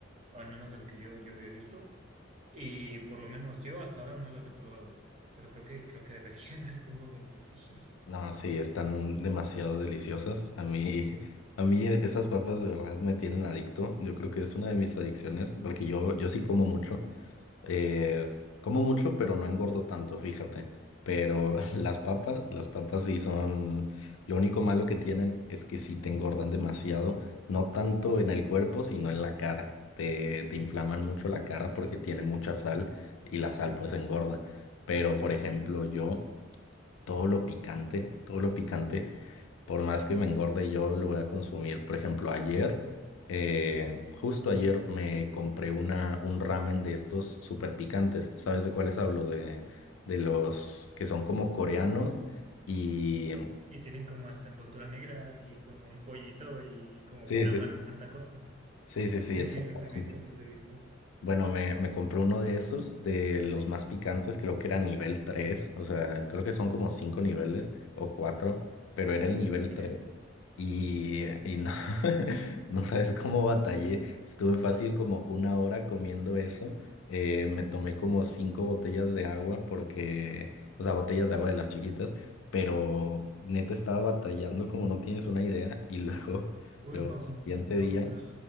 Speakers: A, on the right; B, on the left.
A: o al menos de lo que yo, yo había visto. Y por lo menos yo hasta ahora no las he probado, pero creo que, creo que debería <laughs> en algún momento, sí.
B: No, sí, están demasiado deliciosas. A mí, <laughs> a mí esas papas de verdad me tienen adicto. Yo creo que es una de mis adicciones porque yo, yo sí como mucho. Eh, como mucho, pero no engordo tanto, fíjate. Pero <laughs> las papas, las papas sí son... Lo único malo que tienen es que sí te engordan demasiado, no tanto en el cuerpo, sino en la cara. Te, te inflaman mucho la cara porque tiene mucha sal y la sal pues engorda. Pero, por ejemplo, yo, todo lo picante, todo lo picante. Por más que me engorde, yo lo voy a consumir. Por ejemplo, ayer, eh, justo ayer me compré una, un ramen de estos súper picantes. ¿Sabes de cuáles hablo? De, de los que son como coreanos y...
A: Y tienen como esta envoltura negra y con un pollito y como
B: Sí,
A: flamas
B: sí, sí.
A: y tanta cosa.
B: Sí, sí, sí,
A: Sí,
B: exactamente.
A: sí, los he visto, los he visto.
B: Bueno, me, me compré uno de esos, de los más picantes, creo que era nivel 3. o sea, creo que son como 5 niveles o 4, pero era el nivel
A: Allá.
B: 3. Y, y no, <laughs> no sabes cómo batallé. Estuve fácil como una hora comiendo eso. Eh, me tomé como cinco botellas de agua porque, o sea, botellas de agua de las chiquitas, pero neta estaba batallando como no tienes una idea. Y luego, <laughs>
A: Uy,
B: luego,
A: wow,
B: el siguiente
A: no,
B: día,
A: pero...